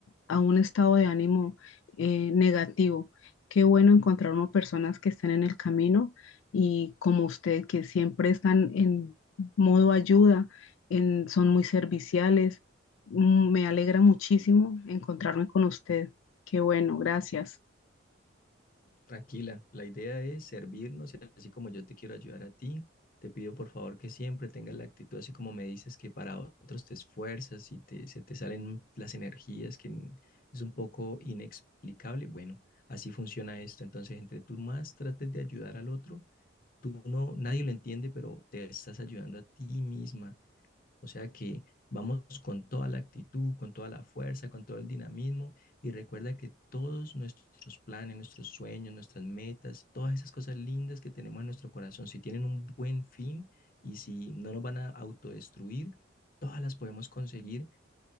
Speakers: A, on the left (about 80°); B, on the left (about 45°).
A: a un estado de ánimo eh, negativo. Qué bueno encontrar uno personas que estén en el camino y como usted, que siempre están en modo ayuda, en- son muy serviciales. Mm, Me alegra muchísimo encontrarme con usted. Qué bueno, gracias.
B: Tranquila, la idea es servirnos y así como yo te quiero ayudar a ti, te pido por favor que siempre tengas la actitud así como me dices que para otros te esfuerzas y te, se te salen las energías que n- es un poco inexplicable. Bueno, así funciona esto. Entonces, entre tú más trates de ayudar al otro, tú no, nadie lo entiende, pero te estás ayudando a ti misma o sea que vamos con toda la actitud, con toda la fuerza, con todo el dinamismo y recuerda que todos nuestros planes, nuestros sueños, nuestras metas, todas esas cosas lindas que tenemos en nuestro corazón, si tienen un buen fin y si no nos van a autodestruir, todas las podemos conseguir,